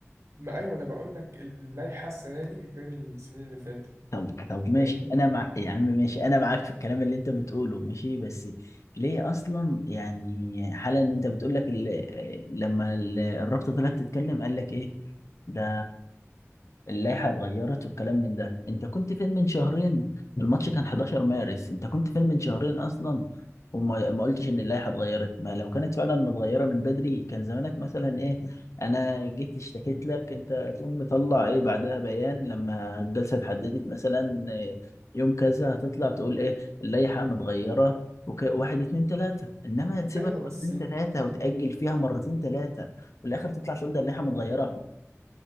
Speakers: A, on the right; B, on the left.
A: ما أيوة أنا بقول لك اللائحة السنة دي غير السنين اللي فاتت
B: طب طب ماشي
A: فاهمني
B: انا مع يا عم ماشي انا معاك في الكلام اللي انت بتقوله ماشي بس ليه اصلا يعني حالا ان انت بتقول لك ال- لما ال- الرابطه طلعت تتكلم قال لك ايه ده اللائحة اتغيرت والكلام من ده انت كنت فين من شهرين الماتش كان 11 مارس انت كنت فين من شهرين اصلا وما ما قلتش ان اللائحة اتغيرت ما لو كانت فعلا متغيرة من بدري كان زمانك مثلا ايه انا جيت اشتكيت لك انت تقوم مطلع ايه بعدها بيان لما الجلسة اتحددت مثلا إيه، يوم كذا هتطلع تقول ايه اللائحة متغيرة وك... واحد اتنين تلاتة انما تسيبك
A: ايوه
B: مرتين
A: بس
B: تلاتة وتأجل
A: مم.
B: فيها مرتين تلاتة وفي الاخر تطلع تقول ده اللائحة متغيرة